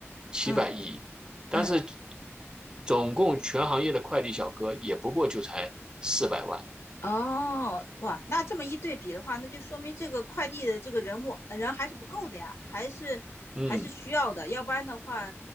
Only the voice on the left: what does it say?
嗯
嗯，
哦，哇，那这么一对比的话，那就说明这个快递的这个人物呃人还是不够的呀，还是还是需要的，
要不然的话，